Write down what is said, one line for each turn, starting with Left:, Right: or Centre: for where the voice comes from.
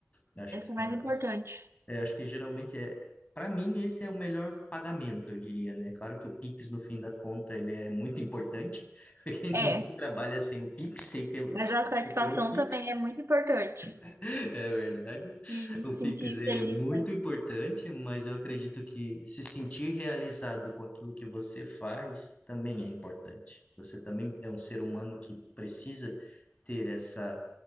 Left: Eu acho
Right: esse
Left: que são
Right: é mais
Left: essas
Right: importante.
Left: é, acho que geralmente é. Para mim, esse é o melhor pagamento, eu diria, né? Claro que o Pix, no fim da conta, ele é muito importante, <laughs> porque ninguém
Right: É,
Left: trabalha sem o Pix, sem pelo,
Right: mas
Left: sem
Right: a satisfação
Left: pelo Pix,
Right: também é muito importante.
Left: <laughs> é verdade.
Right: E
Left: O
Right: sentir
Left: Pix, ele
Right: feliz,
Left: é muito
Right: né?
Left: importante, mas eu acredito que se sentir realizado com aquilo que você faz também é importante. Você também é um ser humano que precisa ter essa